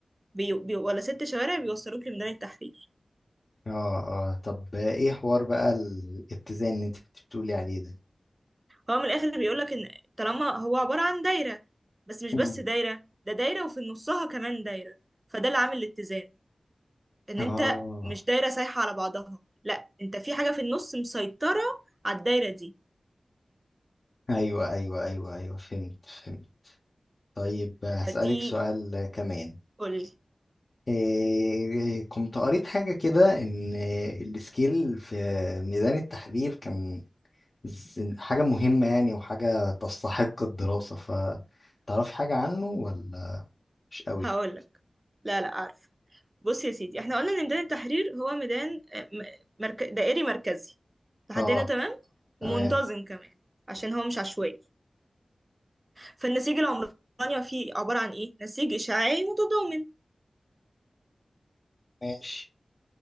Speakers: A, on the right; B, on the left.
A: بي... بي... ولا ست شوارع بيوصلوك لميدان التحرير
B: اه اه طب ايه حوار بقى الاتزان اللي انت كنت بتقولي عليه ده
A: هو من الآخر بيقولك ان طالما هو عبارة عن دايرة بس مش
B: <laughs>
A: بس
B: مم.
A: دايرة ده دايرة وفي نصها كمان دايرة فده اللي عامل الاتزان ان
B: اه
A: انت مش دايره سايحه على بعضها لا انت في حاجه في النص مسيطره على الدايره دي
B: ايوه ايوه ايوه ايوه فهمت فهمت طيب هسألك
A: فدي
B: سؤال كمان
A: قولي
B: إيه كنت قريت حاجة كده إن السكيل في ميدان التحرير كان ز- حاجة مهمة يعني وحاجة تستحق الدراسة فتعرفي حاجة عنه ولا مش قوي
A: هقولك لا لا عارفه بص يا سيدي احنا قلنا ان ميدان التحرير هو ميدان آه، م- مرك... دائري مركزي لحد
B: اه
A: هنا تمام
B: تمام
A: ومنتظم كمان عشان هو مش عشوائي فالنسيج العمراني فيه عباره عن ايه نسيج اشعاعي متضامن
B: ماشي